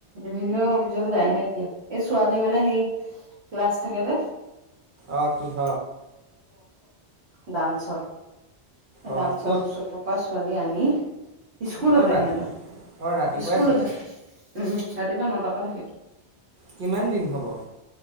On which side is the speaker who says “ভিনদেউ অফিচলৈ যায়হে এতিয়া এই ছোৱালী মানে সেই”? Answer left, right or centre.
Right